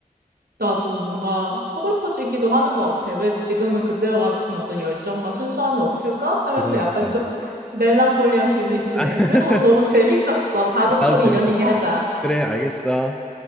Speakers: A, on the right; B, in the centre.
A: 나도 뭔가 서글퍼지기도 하는 것 같아. 왜 지금은 그때와 같은 어떤 열정과 순수함이 없을까? 하면서
B: 그러니까.
A: 약간 좀 멜랑콜리한 기분이 드네.
B: <laughs>
A: 그래도 오늘 너무 <laughs> 재밌었어. 다음에 또
B: 나도
A: 우리
B: 재밌었어.
A: 이런 얘기 하자.
B: 그래, 알겠어.